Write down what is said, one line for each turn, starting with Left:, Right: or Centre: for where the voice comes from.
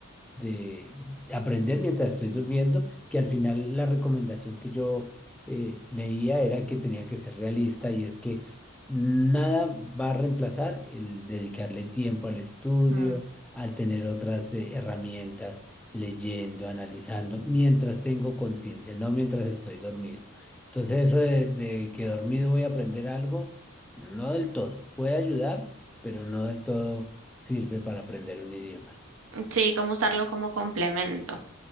Centre: de aprender mientras estoy durmiendo, que al final la recomendación que yo eh, leía era que tenía que ser realista y es que nada va a reemplazar el dedicarle tiempo al estudio,
Right: mm.
Centre: al tener otras eh, herramientas, leyendo, analizando, mientras tengo conciencia, no mientras estoy dormido. Entonces eso de, de que dormido voy a aprender algo, no del todo, puede ayudar, pero no del todo sirve para aprender un idioma.
Right: Sí, como usarlo como complemento.